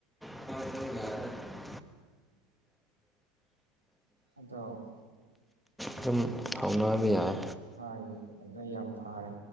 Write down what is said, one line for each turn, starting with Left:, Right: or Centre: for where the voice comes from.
Centre: ꯑ ꯌꯥꯏ
Right: ꯑꯗꯣ
Centre: ꯑꯗꯨꯝ ꯍꯥꯎꯅꯥꯕ ꯌꯥꯏ
Right: ꯍꯥꯏ ꯑꯗꯨꯗ ꯌꯥꯝ ꯐꯥꯔꯦ